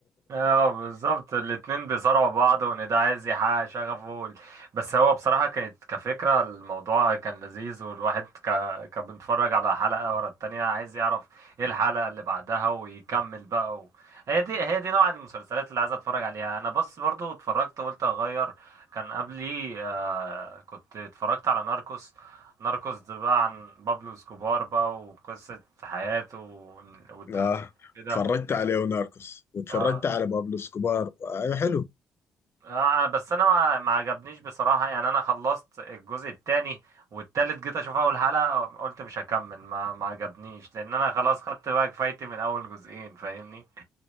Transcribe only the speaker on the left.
<laughs> آه
اتفرجت على ليوناركوس واتفرجت
على بابلو اسكوبار آه حلو